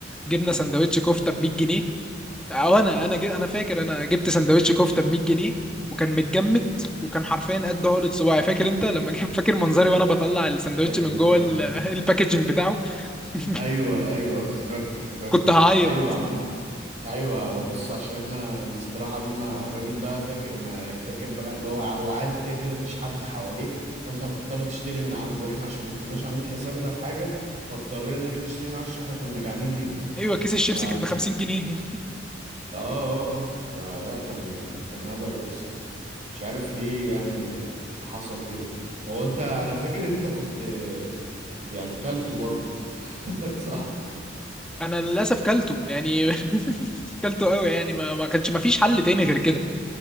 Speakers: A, in the centre; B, on the right.
A: جبنا سندوتش كفته ب 100 جنيه او انا انا جي انا فاكر انا جبت سندوتش كفته ب 100 جنيه وكان متجمد وكان حرفيا قد عقلة صباعي فاكر انت لما جيت فاكر منظري وانا بطلع السندوتش
B: ايوه
A: من جوه ال-
B: آه.
A: <laughs> الباكجينج بتاعه <laughs>
B: ايوه ايوه افتكرت افتكرت
A: كنت هعيط
B: ايوه عم- ايوه وبص عشان احنا الاستراحه دي ما الراجل بقى فاكر ما يعني فاكر بقى اللي هو هو عارف كده كده مفيش حد حواليه فانت هتضطر تشتري من عنده واحنا عشان ما كناش عاملين حسابنا في حاجه فاضطرينا ان احنا نشتري من عنده عشان احنا كنا جعانين جدا
A: ايوه كيس الشيبسي
B: ف
A: كان ب 50 جنيه
B: اه اه اه فلا كان كان هبل قوي الصراحه مش عارف ليه يعني حصل كده هو انت انا فاكر انت كنت يعني كلته برضو <laughs> صح
A: انا للاسف كلته يعني <laughs> كلته قوي يعني ما ما كانش ما فيش حل تاني غير كده